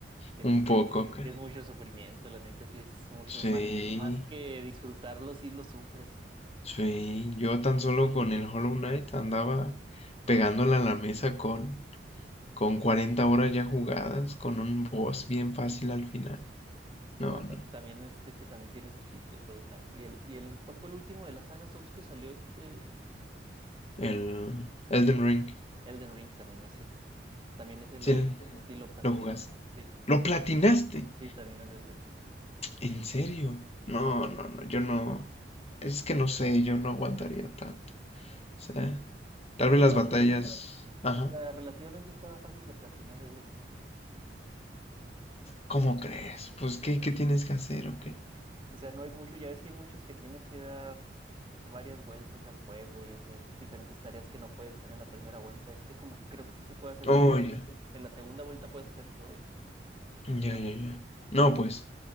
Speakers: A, on the right (about 30°); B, on the left (about 35°).
A: Es
B: un
A: que sí
B: poco?
A: es, mu- sí
B: ca-
A: es mucho sufrimiento, la neta, sí es mucho
B: Sí,
A: más, más que disfrutarlo, sí lo sufres.
B: sí. Yo tan solo con el Hollow Knight andaba pegándole a la mesa con con 40 horas ya jugadas, con un boss bien fácil al final. No,
A: No,
B: no.
A: ta- también este es que también tiene su chiste el Hollow Knight. Y el, y el, ¿cuál fue el último de la saga Souls que salió este?
B: El Elden Ring.
A: Elden Ring también ese. También ese lo,
B: Sí,
A: sí lo platiné.
B: lo jugaste.
A: Sí,
B: ¿Lo platinaste?
A: sí, también el Elden Ring.
B: ¿En serio? No, no, no. Yo no. Es que no sé, yo no aguantaría tanto. O sea,
A: Pero
B: tal
A: ese
B: vez
A: está,
B: las batallas. Ajá.
A: O sea, relativamente estaba fácil de platinar Elden Ring.
B: ¿Cómo crees? Pues, ¿qué, qué tienes que hacer o qué?
A: O sea, no hay mucho, ya ves que hay muchos que tienes que dar varias vueltas al juego y hacer diferentes tareas que no puedes hacer en la primera vuelta. Este como creo que sí se puede hacer
B: Oh,
A: todo. En
B: ya.
A: la en la segunda vuelta puedes hacer todo ya.
B: Ya, ya, ya. No, pues,